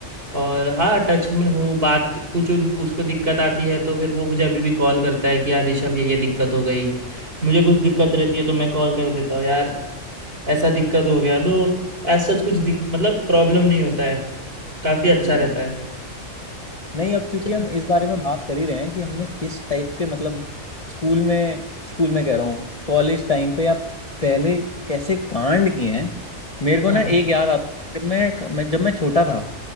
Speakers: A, on the right (about 45°); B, on the left (about 30°).
A: और हाँ टच में हूँ बात कुछ उन उसको दिक्कत आती है तो फिर वो मुझे अभी भी कॉल करता है कि यार ऋषभ ये ये दिक्कत हो गई मुझे कुछ दिक्कत रहती है तो मैं कॉल कर देता हूँ यार ऐसा दिक्कत हो गया तो ऐसा कुछ दिक मतलब प्रॉब्लम नहीं होता है काफ़ी अच्छा
B: हम्म।
A: रहता है
B: नहीं अब
A: अच्छा,
B: क्योंकि हम इस बारे में बात कर ही रहे हैं कि हमने किस टाइप के मतलब स्कूल में स्कूल में कह रहा हूँ कॉलेज टाइम पे या पहले कैसे कांड किए हैं मेरे को
A: हाँ
B: ना एक याद आता है, जब मैं, मैं जब मैं छोटा था